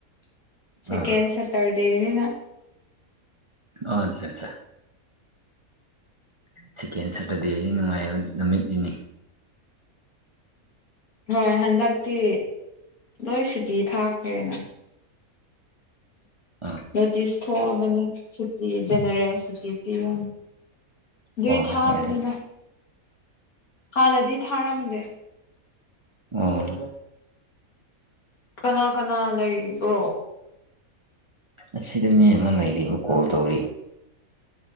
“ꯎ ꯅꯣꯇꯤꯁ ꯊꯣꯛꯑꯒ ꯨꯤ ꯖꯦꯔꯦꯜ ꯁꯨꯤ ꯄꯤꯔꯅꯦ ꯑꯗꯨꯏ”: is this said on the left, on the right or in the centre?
Left